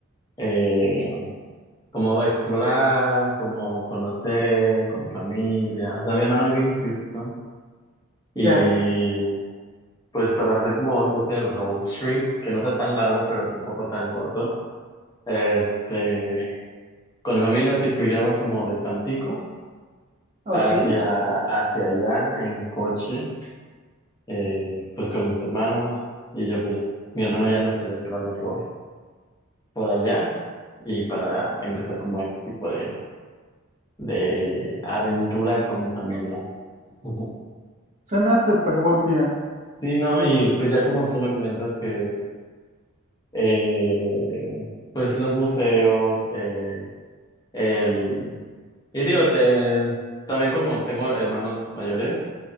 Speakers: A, on the left; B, on the right.
A: eh, Como va a explorar, como conocer con mi familia. O sea, mi hermano vive en Houston y
B: Ya,
A: pues para hacer como este road trip, que no sea tan largo, pero tampoco tan corto, este, con mi familia tipo iríamos como de Tampico
B: ok.
A: hacia, hacia allá en coche, eh, pues con mis hermanos y yo, pues, mi hermano ya nos estaría esperando por, por allá y para empezar como este tipo de, de aventura con mi familia. Ujú.
B: Suena súper buen plan.
A: Sí, no,
B: Honest-
A: y pues ya como tú me comentas que eh, pues los museos, eh, el... Y digo, eh, también como tengo hermanos mayores